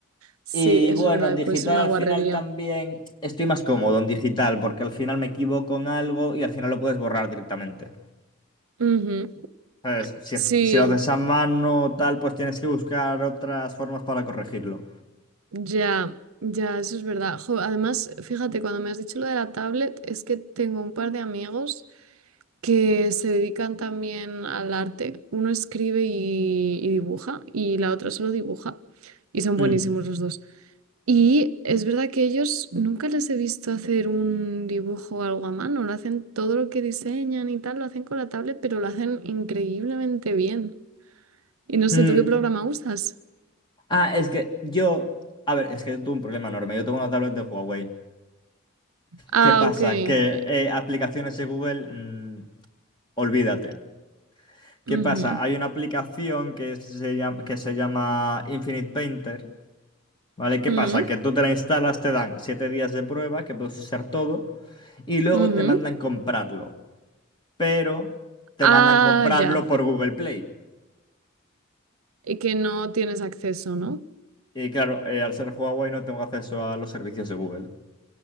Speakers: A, on the right; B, on the left.
A: Sí,
B: Y
A: eso
B: bueno,
A: es verdad,
B: en digital
A: puede ser una
B: al
A: guarrería.
B: final también estoy más cómodo en digital porque al final me equivoco en algo y al final lo puedes borrar directamente.
A: Ujú.
B: ¿Sabes? Si,
A: Sí,
B: es- si lo haces a mano tal, pues tienes que buscar otras formas para corregirlo.
A: Ya, ya, eso es verdad. Jo, además, fíjate, cuando me has dicho lo de la tablet, es que tengo un par de amigos que se dedican también al arte. Uno escribe y, y dibuja y la otra solo dibuja. Y son
B: Mm,
A: buenísimos los dos. Y es verdad que ellos nunca les he visto hacer un dibujo o algo a mano. Lo hacen todo lo que diseñan y tal, lo hacen con la tablet, pero lo hacen increíblemente bien. Y no sé,
B: mm.
A: ¿tú qué programa usas?
B: Ah, es que yo... A ver, es que yo tuve un problema enorme. Yo tengo una tablet de Huawei.
A: Ah,
B: ¿Qué pasa?
A: ok. eh,
B: Que eh, aplicaciones de Google, mm, olvídate. ¿Qué
A: ujú.
B: pasa? Hay una aplicación que se llama, que se llama Infinite Painter, ¿vale? ¿Qué
A: Mm.
B: pasa? Que tú te la instalas, te dan 7 días de prueba, que puedes usar todo, y luego
A: Ujú.
B: te mandan comprarlo. Pero te
A: Ah,
B: mandan comprarlo
A: ya.
B: por Google Play.
A: Y que no tienes acceso, ¿no?
B: Y claro, eh, al ser Huawei no tengo acceso a los servicios de Google.